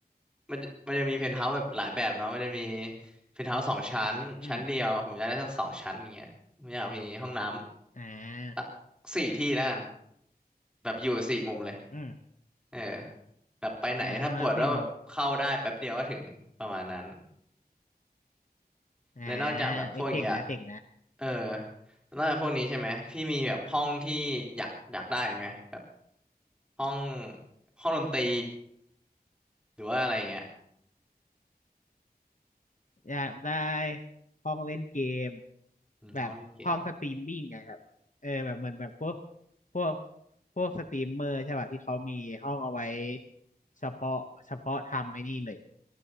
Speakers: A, in the centre; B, on the left.
A: มันจะมันจะมีเพนท์เฮาส์แบบหลายแบบเนาะมันจะมีเพนท์เฮาส์สองชั้นชั้นเดียวผมอยากได้สักสองชั้นอย่างเงี้ยผมอยากมีห้องน้
B: อืมอ่า
A: ำสักสี่ที่แล้วกัน แบบอยู่สี่มุมเลย
B: อืม
A: เออแบบไปไหนถ้าปวดก็แบบเข้าได้แป๊บเดียวก็ถึงประมาณนั้น
B: อ่าห้องน้ำสี่มุมอ่า
A: และนอกจากแบบพวกอย่างเงี้ย
B: เอ้ยเจ๋งนะเจ๋งนะ
A: เออนอกจากพวกนี้ใช่ไหม พี่มีแบบห้องที่อยากอยากได้อีกไหมแบบห้องห้องดนตรีหรือว่าอะไรเงี้ย
B: อยากได้ห้องเล่นเกม
A: อืมห้องเล่นเกม
B: แบบห้องสตรีมมิ่งอะครับเออแบบเหมือนแบบพวกพวกพวกสตรีมเมอร์ใช่ป่ะที่เขามีห้องเอาไว้เฉพาะเฉพาะทำไอ้นี่เลยอะ